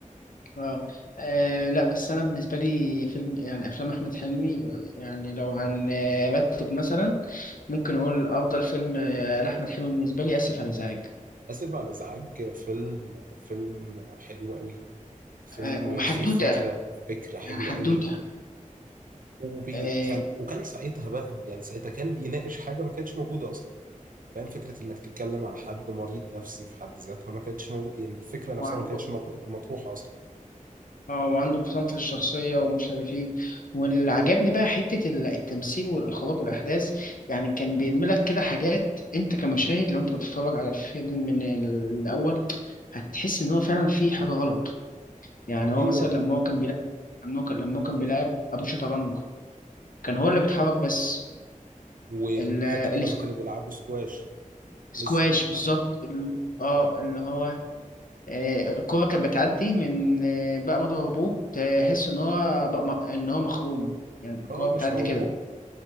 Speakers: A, on the left (about 80°); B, on the right (about 80°).
A: اه آه، لا بس انا بالنسبه لي فيلم يعني افلام احمد حلمي آه، يعني لو هنرتب مثلا ممكن اقول افضل فيلم آه، لاحمد حلمي بالنسبه لي اسف على الازعاج
B: <laughs> آسف على الإزعاج فيلم فيلم حلو قوي فيلم
A: آه، وحدوته
B: فيه فكرة فكرة حلوة
A: يعني حدوته
B: قوي وبي
A: آه،
B: كان وكان ساعتها بقى يعني ساعتها كان بيناقش حاجة ما كانتش موجودة أصلا فاهم فكرة إنك تتكلم عن حد مريض نفسي في حد ذاتها ما كانتش موجود يعني الفكرة نفسها
A: وعنده
B: ما كانتش مطرو- مطروحة أصلا
A: اه وعنده
B: آه،
A: انفصام في الشخصيه ومش عارف ايه واللي عجبني بقى حته ال- التمثيل والاخراج والاحداث يعني كان بيعمل لك كده حاجات انت كمشاهد لو انت بتتفرج على الفيلم من الاول هتحس ان هو فعلا في حاجه غلط يعني هو
B: أيوه
A: مثلا لما هو كان بيلعب لما هو كان لما هو كان بيلعب ابو شطرنج كان هو اللي بيتحرك بس
B: والناحية
A: ال-
B: التانية لما
A: السك-
B: كانوا بيلعبوا سكواش
A: السكواش
B: لسه كنت بقول
A: بالظبط ال- اه اللي هو آه، الكرة كانت بتعدي من آه، بقى مضرب ابوه تحس ان هو بقى م- ان هو مخروم يعني الكرة
B: اه
A: بتعدي
B: مش موجود
A: كده